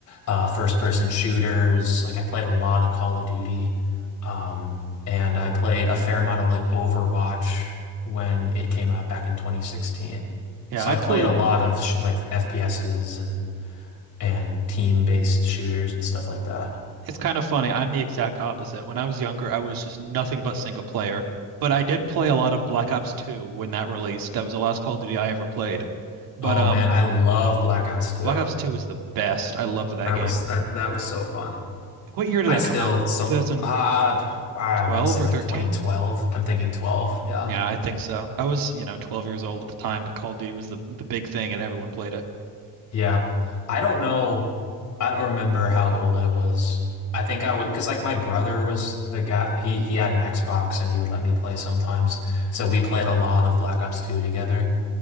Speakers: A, on the left; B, on the right.
A: uh first person shooters. Like I played a lot of Call of Duty. Um and I played a fair amount of like Overwatch when it came out back in 2016.
B: yeah.
A: So
B: I
A: I
B: played.
A: played a lot of sh like FPSs and and team-based shooters and stuff like that.
B: It's kind of funny. I'm the exact opposite. When I was younger, I was just nothing but single player. But I did play a lot of Black Ops 2 when that released. That was the last Call of Duty I ever played. But
A: Oh
B: um,
A: man, I love Black Ops 2.
B: Black Ops 2 is the best. I loved that
A: That
B: game.
A: was that that was so fun.
B: What year did
A: I
B: that
A: still
B: come out?
A: some
B: 2012
A: uh I want to say
B: or
A: like
B: 13?
A: 2012. I'm thinking 12. Yeah.
B: Yeah, I think so. I was, you know, 12 years old at the time, but Call of Duty was the the big thing and everyone played it.
A: Yeah. I don't know. I don't remember how old I was. I think I was because like my brother was the guy he he had an Xbox and he would let me play sometimes. So we played a lot of Black Ops 2 together.